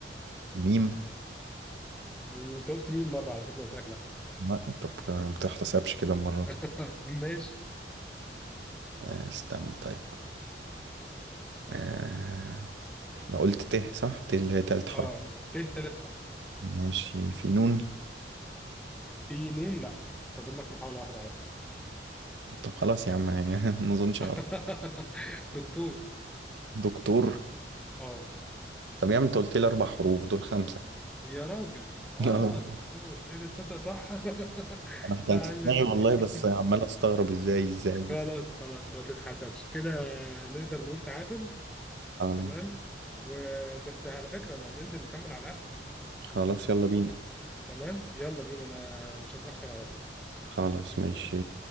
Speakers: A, on the right; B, in the centre.
A: ميم
B: انت قلت مين مرة على فكرة قلت لك لا
A: لا انت بت- ما بتحتسبش كده المرة
B: <laughs>
A: دي
B: ماشي
A: آه استنى طيب آه انا قلت ت صح ت اللي هي تالت حرف
B: اه ت تالت حرف
A: ماشي في نون
B: في نون لا فاضل لك محاولة واحدة على فكرة
A: طب خلاص يا عم <laughs> ما اظنش
B: <laughs>
A: عارف
B: دكتور
A: دكتور
B: اه
A: طب يا عم انت قلت لي اربع حروف دول خمسة
B: يا راجل اه
A: <laughs>
B: دكتور ايه ده تصدق صح <laughs>
A: انا
B: لا
A: كنت في
B: عندي
A: دماغي
B: انا لا
A: والله بس
B: دي
A: عمال
B: <laughs>
A: استغرب ازاي ازاي بس
B: خلاص خلاص ما تتحسبش كده نقدر نقول تعادل
A: خلاص
B: تمام وبس على فكرة انا هننزل نكمل على القهوة
A: خلاص يلا بينا
B: تمام يلا بينا انا مش هتأخر على طول
A: خلاص ماشي